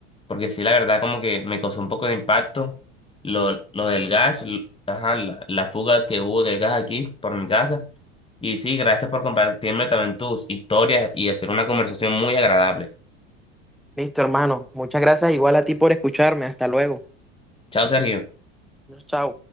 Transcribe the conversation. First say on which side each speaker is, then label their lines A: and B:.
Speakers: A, on the left (about 15°); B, in the centre.
A: Porque sí, la verdad, como que me causó un poco de impacto lo, lo del gas, l- ajá, la, la fuga que hubo del gas aquí por mi casa. Y sí, gracias por compartirme también tus historias y hacer una conversación muy agradable.
B: Listo, hermano. Muchas gracias igual a ti por escucharme. Hasta luego.
A: Chao, Sergio.
B: Chao.